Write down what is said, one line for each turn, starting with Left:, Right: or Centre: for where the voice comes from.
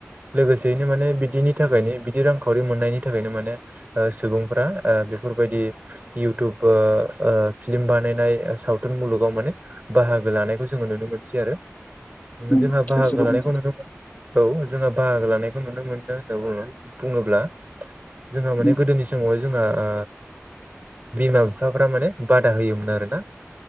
Right: लोगोसेयैनो माने बिदिनि थाखायनो बिदि रांखावरि मोननायनि थाखायनो माने ओ सुबुंफ्रा ओ बेफोरबायदि इउटुब ओ ओ फिल्मि बानायनाय सावथुन मुलुगाव माने बाहागो लानायखौ जोङो नुनो मोनसै आरो
Left: उम
Right: जोंहा बाहागो
Left: गोसो गुदुं
Right: लानायखौ नोंथांमोन औ जोंहा बाहागो लानायखौ नुनो मोनो होनना बुङो बुङोब्ला जोंहा माने
Left: उम
Right: गोदोनि समावहाय जोंहा आ बिमा बिफाफ्रा माने बादा होयोमोन आरो ना